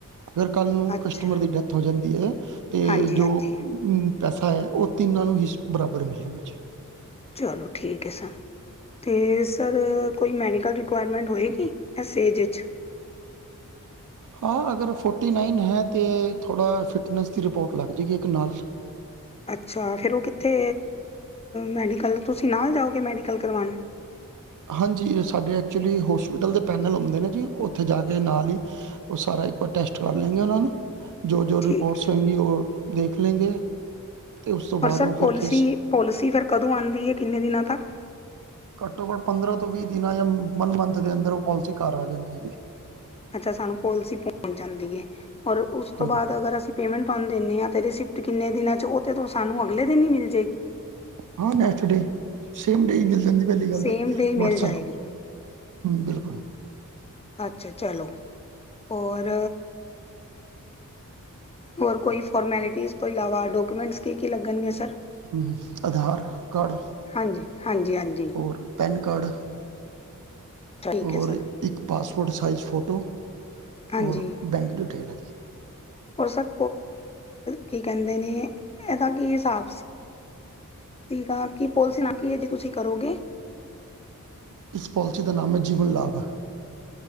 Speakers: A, on the right (about 65°); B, on the left (about 20°).
A: ਅਗਰ ਕੱਲ ਨੂੰ
B: ਅੱਛਾ
A: ਕਸਟਮਰ ਦੀ ਡੈਥ ਹੋ ਜਾਂਦੀ ਏ, ਤੇ
B: ਹਾਂਜੀ
A: ਜੋ
B: ਹਾਂਜੀ
A: ਪੈਸਾ ਹੈ ਉਹ ਤਿੰਨਾਂ ਨੂੰ ਹੀ ਬਰਾਬਰ ਮਿਲੇਗਾ ਜੀ।
B: ਚਲੋ ਠੀਕ ਏ, ਸਰ। ਤੇ ਸਰ ਕੋਈ ਮੈਡੀਕਲ ਰਿਕੁਆਇਰਮੈਂਟ ਹੋਏਗੀ ਏਸ ਏਜ ਚ
A: ਹਾਂ ਅਗਰ ਫੋਟੀ ਨਾਈਨ ਹੈ, ਤੇ ਥੋੜਾ ਫਿਟਨੈਸ ਦੀ ਰਿਪੋਰਟ ਲੱਗ ਜਾਏਗੀ ਇੱਕ ਨਾਲ
B: ਅੱਛਾ ਫਿਰ ਉਹ ਕਿੱਥੇ ਮੈਡੀਕਲ ਤੁਸੀਂ ਨਾਲ ਜਾਓਗੇ ਮੈਡੀਕਲ ਕਰਵਾਉਣ।
A: ਹਾਂਜੀ ਸਾਡੇ ਐਚੁੱਲੀ ਹੋਸਪਿਟਲ ਦੇ ਪੈਨਲ ਹੁੰਦੇ ਨੇ ਜੀ, ਉੱਥੇ ਜਾ ਕੇ ਨਾਲ ਈ ਉਹ ਸਾਰਾ ਇੱਕ ਵਾਰ ਟੈਸਟ ਕਰ ਲੈਂਗੇ ਉਹਨਾਂ ਨੂੰ ਜੋ ਜੋ
B: ਠੀਕ
A: ਰਿਪੋਰਟਸ
B: ਹੈ
A: ਹੋਏਗੀ ਉਹ ਦੇਖ ਲੈਂਗੇ ਤੇ ਉਸ ਤੋਂ ਬਾਦ
B: ਔਰ ਸਰ
A: ਉਹ
B: ਪੋਲਿਸੀ
A: ਫਿਰ ਕਿਸ
B: ਪੋਲਿਸੀ ਫਿਰ ਕਦੋਂ ਆਉਂਦੀ ਹੈ। ਕਿੰਨੇ ਦਿਨਾਂ ਤੱਕ
A: ਘੱਟੋ ਘੱਟ ਪੰਦਰਾਂ ਤੋਂ ਵੀਹ ਦਿਨਾਂ ਜਾਂ ਵਨ ਮੰਥ ਦੇ ਅੰਦਰ ਉਹ ਪੋਲਿਸੀ ਘਰ ਆ ਜਾਂਦੀ ਹੈ ਜੀ।
B: ਅੱਛਾ ਸਾਨੂੰ ਪੋਲਸੀ ਪਹੁੰਚ ਜਾਂਦੀ ਏ, ਔਰ ਉਸ ਤੋਂ
A: ਹਾਂਜੀ
B: ਬਾਦ ਅਗਰ ਅਸੀ ਪੇਮੈਂਟ ਤੁਹਾਨੂੰ ਦਿੰਦੇ ਹਾਂ ਤੇ ਰ ਰਿਿਸਿਪਟ ਕਿੰਨ ਦਿਨਾਂ 'ਚ ਉਹ ਤੇ ਸਾਨੂੰ ਅਗਲੇ ਦਿਨ ਹੀ ਮਿਲ ਜਾਏਗੀ
A: ਹਾਂ ਨੈਕਸਟ ਡੇ ਸੇਮ ਡੇ ਮਿਲ ਪਹਿਲੀ ਗੱਲ
B: ਸੇਮ
A: ਤੇ
B: ਡੇ ਮਿਲ
A: ਵਟਸ
B: ਜਾਏਗੀ
A: ਬਿਲਕੁਲ
B: ਅੱਛਾ ਚਲੋ ਹੋਰ ਹੋਰ ਕੋਈ ਫੋਰਮੈਲਿਟੀਜ਼ ਤੋਂ ਇਲਾਵਾ ਡਾਕੂਮੈਂਟਸ ਕੀ ਕੀ ਲੱਗਣਗੇ ਸਰ
A: ਹਮ ਆਧਾਰ ਕਾਰਡ
B: ਹਾਂਜੀ ਹਾਂਜੀ ਹਾਂਜੀ
A: ਹੋਰ ਪੈਨ ਕਾਰਡ
B: ਠੀਕ
A: ਔਰ
B: ਹੈ ਸਰ
A: ਇੱਕ ਪਾਸਪੋਰਟ ਸਾਈਜ਼ ਫੋਟੋ
B: ਹਾਂਜੀ
A: ਔਰ ਬੈਂਕ ਡਿਟੇਲ ਹੈਗੀ
B: ਔਰ ਸਰਭ ਕੀ ਕਹਿੰਦੇ ਨੇ ਇਹਦਾ ਕੀ ਹਿਸਾਬ ਸੀ ਠੀਕ ਆ ਕੀ ਪੋਲਿਸੀ ਨਾ ਕੀ ਹੈ ਜ ਤੁਸੀਂ ਕਰੋਗੇ
A: ਇਸ ਪੋਲਿਸੀ ਦਾ ਨਾਮ ਹੈ ਜੀਵਨ ਲਾਭ